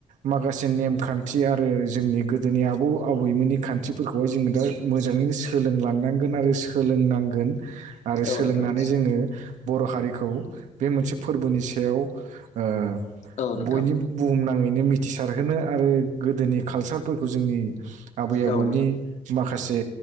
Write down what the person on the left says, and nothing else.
औ
नोंथां
औ नोंथां औ नोंथां
औ नोंथां औ नोंथां औ नोंथां औ नोंथां